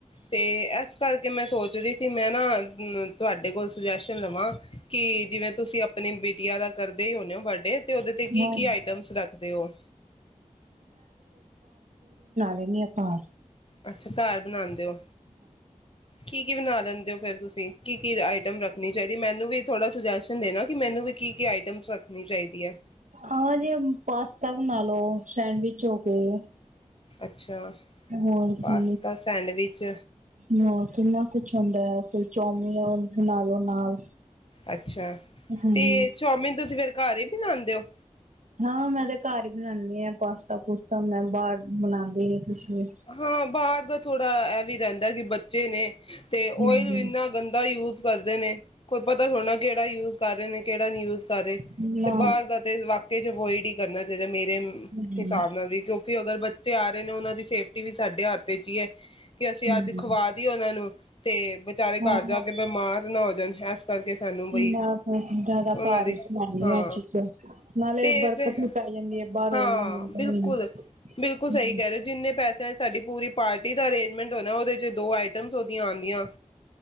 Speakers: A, on the left; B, on the right.
A: ਤੇ ਏਸ ਕਰ ਕੇ ਮੈਂ ਸੋਚ ਰਹੀ ਸੀ ਮੈਂ ਨਾ ਕਿ ਤੁਹਾਡੇ ਕੋਲ ਸੁਜੈਸ਼ਨ ਲਵਾਂ ਕਿ ਜਿਵੇਂ ਤੁਸੀਂ ਆਪਣੀ ਬੇਟੀਆਂ ਦਾ ਕਰਦੇ ਹੋਨਾ, ਬਰਡੇ ਤੇ ਉਹਦੇ
B: ਕੱਲ੍ਹ।
A: ਤੇ ਕੀ-ਕੀ ਆਈਟਮਸ ਰੱਖਦੇ ਹੋ?
B: <unintelligible> ਨਾਲ
A: ਅੱਛਾ। ਘਰ ਬਣਾਉਂਦੇ ਹੋ। ਕੀ-ਕੀ ਬਣਾ ਲਿੰਦੇ ਹੋ ਫਿਰ ਤੁਸੀਂ ਕੀ ਕੀ ਆਈਟਮ ਰੱਖਣੀ ਚਾਹੀਦੀ ਮੈਨੂੰ ਵੀ ਥੋੜ੍ਹਾ ਸੁਜੈਸ਼ਨ ਦੇਣਾ ਕਿ ਮੈਨੂੰ ਵੀ ਕੀ-ਕੀ ਆਈਟਮਸ ਰੱਖਣੀ ਚਾਹੀਦੀ ਹੈ?
B: ਆਓ, ਜੇ ਪਾਸਤਾ ਬਣਾ ਲੋ। ਸੈਂਡਵਿਚ ਹੋ ਗਏ।
A: ਅੱਛਾ।
B: ਹੋਰ
A: ਪਾਸਤਾ
B: ਕੀ
A: ਸੈਂਡਵਿਚ
B: ਹੋਰ ਕਿੰਨਾ ਕੁਛ ਹੁੰਦਾ ਹੈ ਕੋਈ ਚੋ ਉਹ ਨਾਲੋਂ ਨਾਲ।
A: ਅੱਛਾ,
B: ਹੂੰ
A: ਤੇ ਚੌਮਿਨ ਤੁਸੀਂ ਫੇਰ ਘਰ ਹੀ ਬਣਾਉਦੇ ਹੋ।
B: ਹਾਂ ਮੈਂ ਤੇ ਘਰ ਹੀ ਬਣਾਉਦੀ ਹਾਂ ਪਾਸਤਾ-ਪੂਸਤਾ ਮੈਂ ਬਾਹਰ ਬਣਾਉਂਦੀ ਨੀ ਕੁਛ ਵੀ
A: ਹਾਂ ਬਾਹਰ ਦਾ ਥੋੜ੍ਹਾ ਇਹ ਵੀ ਰਹਿੰਦਾ ਕਿ ਬੱਚੇ ਨੇ ਤੇ ਓਇਲ
B: ਹੂੰ
A: ਇੰਨਾ ਗੰਦਾ ਯੂਜ ਕਰਦੇ ਨੇ। ਕੋਈ ਪਤਾ ਥੋੜਾ ਨਾ ਕਿਹੜਾ ਯੂਜ਼ ਕਰ ਰਹੇ ਨੇ ਕਿਹੜਾ ਨਿ ਊਜ਼ ਕਰੇ
B: ਨਾ
A: ਤੇ
B: ਨਾ
A: ਬਾਹਰ ਦਾ ਤੇ ਵਾਕਈ ਚ ਇਹਵਾੲਡ ਹੀ ਕਰਨਾ ਚਾਹੀਦਾ, ਮੇਰੇ
B: ਹੂੰ
A: ਹਿਸਾਬ ਨਾਲ ਵੀ ਕਿਉਂਕਿ ਤੇ ਅਗਰ ਬੱਚੇ ਆ ਰਹੇ ਨੇ ਉਹਨਾਂ ਦੀ ਸੇਫਟੀ ਕੀ ਵੀ ਤੋਹਾਡੇ ਹੱਥ ਹੀ ਹੈ ਕਿ ਅਸੀਂ ਅੱਜ
B: ਹੂੰ
A: ਖਵਾ ਦੀਏ ਉਹਨਾਂ ਨੂੰ ਤੇ ਵਿਚਾਰੇ ਘਰ
B: ਹਾਂ
A: ਜਾ ਕੇ ਬਿਮਾਰ ਨਾ ਹੋ ਜਾਣ ਇਸ ਕਰਕੇ ਸਾਨੂੰ ਬਈ
B: ਮੈਂ ਫਿਰ ਜ਼ਿਆਦਾ
A: ਉਹਨਾਂ
B: ਘਰ
A: ਦੀ
B: ਹੀ ਬਣਾਉਣੀ
A: ਹਾਂ
B: ਆ ਚੀਜ਼ਾਂ ਨਾਲੇ
A: ਤੇ
B: ਬਰਕਤ
A: ਫਿਰ
B: ਵੀ ਪੈ ਜਾਂਦੀ ਹੈ ਬਾਹਰੋਂ
A: ਹਾਂ
B: ਇੰਨਾ ਮਿਲਦਾ
A: ਬਿਲਕੁਲ-ਬਿਲਕੁਲ
B: ਨੀ ਹੂੰ
A: ਸਹੀ ਕਹਿ ਰਹੇ ਹੋ ਜਿੰਨੇ ਪੈਸੇ ਆ ਸਾਰੀ ਪੂਰੀ ਪਾਰਟੀ ਦਾ ਅਰੇਂਜਮੈਂਟ ਹੋ ਨਾ ਉਹਦੇ ਚ ਦੋ ਆਈਟਮ ਆਉਂਦੀਆਂ